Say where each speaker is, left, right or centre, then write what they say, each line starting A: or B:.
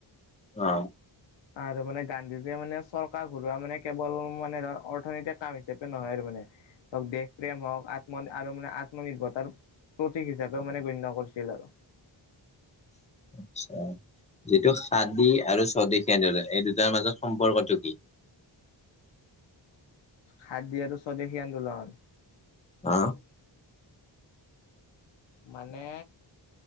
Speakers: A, on the left (about 15°); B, on the left (about 70°).
A: অ
B: আৰু মানে গান্ধীজীয়ে মানে চৰকাৰ ঘূৰোৱা মানে কেৱল মানে ধৰ অৰ্থনৈতিক কাম হিচাপে নহয় আৰু মানে দেশ প্ৰেম হওঁক, আত্ম আৰু মানে আত্মনিৰ্ভৰতাৰ প্ৰতীক হিচাপেও মানে গণ্য কৰিছিল আৰু।
A: আট-ছা যিটো সাদী আৰু স্বদেশী আন্দোলন এই দুটাৰ মাজত সম্পৰ্কটো কি
B: খাদী আৰু স্বদেশী আন্দোলন
A: অ
B: মানে